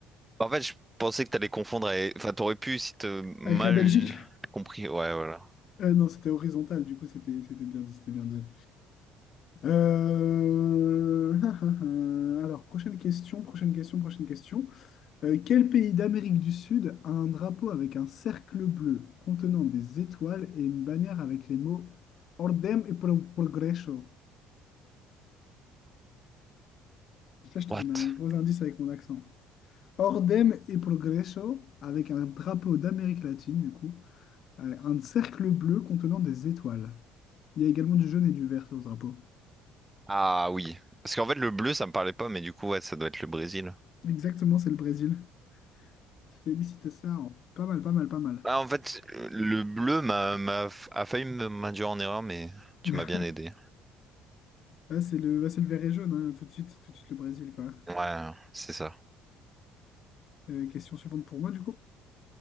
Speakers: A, on the right; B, on the left.
A: Bah, En fait, je pensais que t'allais confondre avec... Enfin, t'aurais pu si t'as mal
B: Avec la Belgique.
A: compris. Ouais, voilà.
B: Ah non, c'était horizontal, du coup, c'était c'était bien dit, c'était bien dit. Euh, <laughs> Alors, prochaine question, prochaine question, prochaine question. Euh, quel pays d'Amérique du Sud a un drapeau avec un cercle bleu contenant des étoiles et une bannière avec les mots Ordem et pro- Progreso? Ça, je te
A: What?
B: donne un gros indice avec mon accent. Ordem et Progreso, avec un drapeau d'Amérique latine, du coup, euh, un cercle bleu contenant des étoiles. Il y a également du jaune et du vert sur le drapeau.
A: Ah oui. Parce qu'en fait, le bleu, ça me parlait pas, mais du coup, ouais, ça doit être le Brésil.
B: Exactement, c'est le Brésil. Félicitations. Pas mal, pas mal, pas mal.
A: Ah, en fait, le bleu m'a, m'a, a failli me- m'induire en erreur, mais tu
B: <laughs>
A: m'as bien aidé.
B: Ah, c'est le, bah, c'est le vert et jaune, hein, tout de suite, tout de suite le Brésil, quoi.
A: Ouais, c'est ça.
B: Euh, question suivante pour moi, du coup.